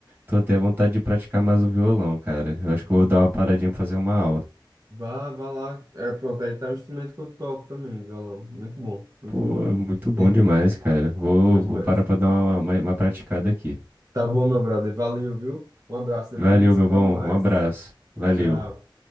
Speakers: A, on the right; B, on the right.
A: tô até à vontade de praticar mais o violão, cara. Eu acho que eu vou dar uma paradinha pra fazer uma aula.
B: Vá, vá lá. É, pronto, aí tá o instrumento que eu toco também, violão. Muito bom, muito
A: Pô,
B: bom.
A: muito bom
B: <laughs>
A: demais, cara. Vou,
B: Bom demais.
A: vou parar pra dar uma, uma uma praticada aqui.
B: Tá bom, meu brother. Valeu, viu? Um abraço. Depois
A: Valeu,
B: a gente se
A: meu bom.
B: fala mais.
A: Um abraço. Valeu.
B: Tchau.